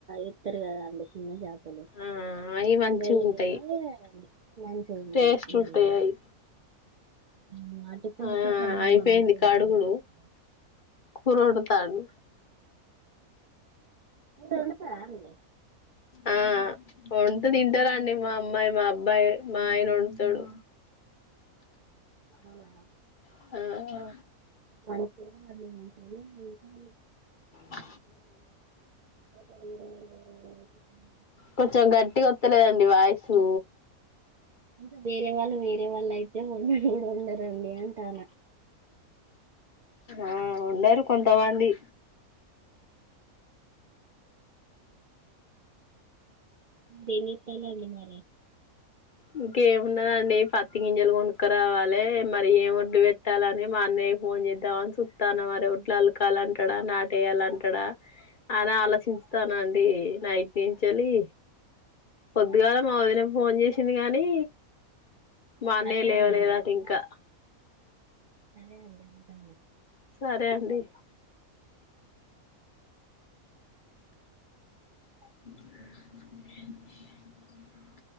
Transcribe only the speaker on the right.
ఇత్తరు కదా అండి చిన్న చేప
గలీజ్ అయితే మంచిగ ఉంటయి
ఉమ్,
ఉమ్ పులుసే
కమ్మగా
ఉంటదండి
మీకు
తెలుసా అండి
అవునా?
మన కురిమి <unintelligible> చేసిందేమి లేదు
<unintelligible>
ఇంక వేరే వాళ్ళు వేరే వండను గుడ వండరండి అంటానా
దీని పెళ్లలు మారయి
సరే
అండి
అరే అదే అంట